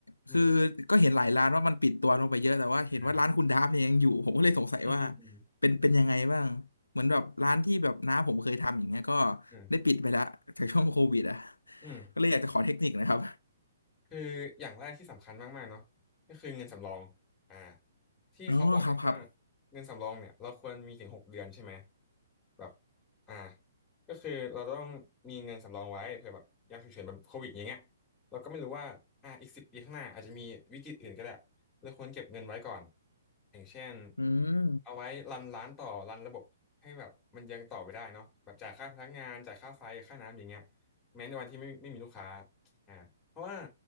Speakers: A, on the left; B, on the left.
A: อืม
B: คือก็เห็นหลายร้านว่ามันปิดตัวลงไปเยอะแต่ว่าเห็นว่าร้านคุณดาฟเนี่ยยังอยู่ผมก็เลยสงสัยว่า
A: อ่าอืม อืม อืม
B: เป็นเป็นยังไงบ้างเหมือนแบบร้านที่แบบน้าผมเคยทำอย่างเงี้ยก็
A: อืม
B: ได้ปิดไปแล้วจากช่วงโควิดอ่ะ
A: ครับอืม
B: ก็เลยอยากจะขอเทคนิคนะครับ
A: คืออย่างแรกที่สำคัญมากๆเนาะก็คือเงินสำรองอ่าที่เขาบอกกันว่า
B: อ๋อครับครับ
A: เงินสำรองเนี่ยเราควรมีถึงหกเดือนใช่ไหมแบบอ่าก็คือเราต้องมีเงินสำรองไว้เผื่อแบบยามฉุกเฉินแบบโควิดอย่างเงี้ยเราก็ไม่รู้ว่าอ่าอีกสิบปีข้างหน้าอาจจะมีวิกฤตอื่นก็ได้เราควรเก็บเงินไว้ก่อนอย่างเช่น
B: อืม
A: เอาไว้รันร้านต่อรันระบบให้แบบมันยังต่อไปได้เนาะแบบจ่ายค่าพนักงานจ่ายค่าไฟค่าน้ำอย่างเงี้ยแม้ในวันที่ไม่ไม่มีลูกค้า อ่าเพราะว่า